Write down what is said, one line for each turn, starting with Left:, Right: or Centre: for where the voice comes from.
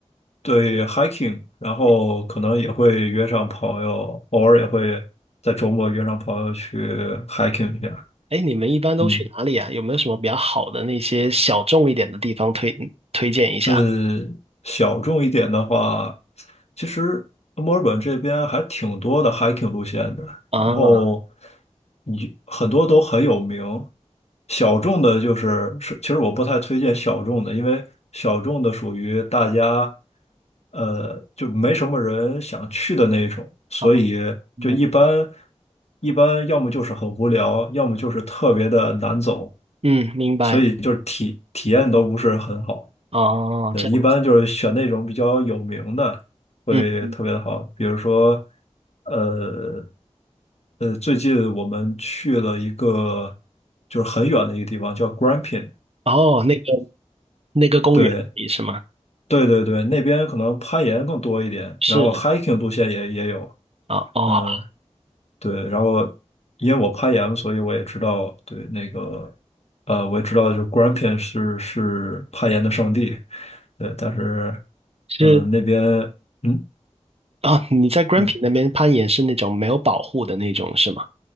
Left: 对 hiking，然后可能也会约上朋友，
Right: 你
Left: 偶尔也会在周末约上朋友去 hiking 一下，
Right: 哎，你们一般都去哪里啊？
Left: 嗯。
Right: 有没有什么比较好的那些小众一点的地方推推荐一下？
Left: 呃，小众一点的话，其实墨尔本这边还挺多的 hiking 路线的，
Right: 啊
Left: 然后你很多都很有名。小众的就是是，其实我不太推荐小众的，因为小众的属于大家，呃，就没什么人想去的那种，所以就一般
Right: 啊嗯
Left: 一般，要么就是很无聊，要么就是特别的难走，
Right: 嗯，明白
Left: 所以就是体体验都不是很好。
Right: 哦，
Left: 对，
Right: 这样子
Left: 一般就是选那种比较有名的，会特别的好。
Right: 嗯嗯
Left: 比如说，呃呃，最近我们去了一个就是很远的一个地方，叫 Grampian，Grampians。
Right: 哦，那个那个公园里是吗？
Left: 对对对对，那边可能攀岩更多一点，
Right: 是
Left: 然后 hiking 路线也也有。
Right: 啊哦
Left: 嗯，对，然后因为我攀岩，所以我也知道，对那个，呃，我也知道，就 Grand 固然片是是攀岩的圣地，对，但是，
Right: 是
Left: 呃，那边，嗯
Right: 啊，你在 Grampi
Left: 嗯，
Right: 那边攀岩是那种没有保护的那种是吗？